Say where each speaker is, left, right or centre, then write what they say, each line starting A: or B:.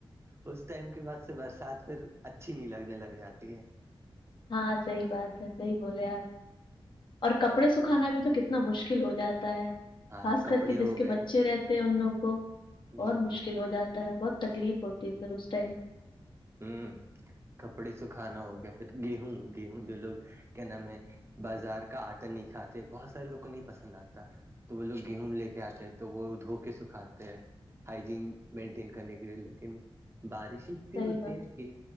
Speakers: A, on the right; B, on the left.
A: ہ اس ٹائم کے بعد سے برسات پھر اچھی نہیں لگنے لگ جاتی ہے
B: ہاں صحیح بات ہے صحیح بولے آپ اور کپڑے سکھانا بھی تو کتنا مشکل ہو جاتا ہے
A: ہاں
B: خاص
A: کپڑے
B: کر کے
A: ہو
B: جس کے
A: گئے
B: بچے رہتے ہیں ان لوگ کو
A: ہوں
B: بہت
A: ہ
B: مشکل ہو جاتا ہے بہت تکلیف ہوتی ہے پھر اس ٹائم
A: ہوں کپڑے سکھانا ہو گیا پھر گیہوں گیہوں جو لوگ کیا نام ہے بازار کا آٹا نہیں کاتے بہت سارے لوگ کو نہیں پسند آتا تو وہ لوگ گیہوں لے کے آتے ہیں تو وہ دھو کے سکھاتے ہیں ہائجین مینٹین کرنے کے لیے لیکن بارش اتنی
B: صحیح
A: ہوتی
B: بات
A: ہے کہ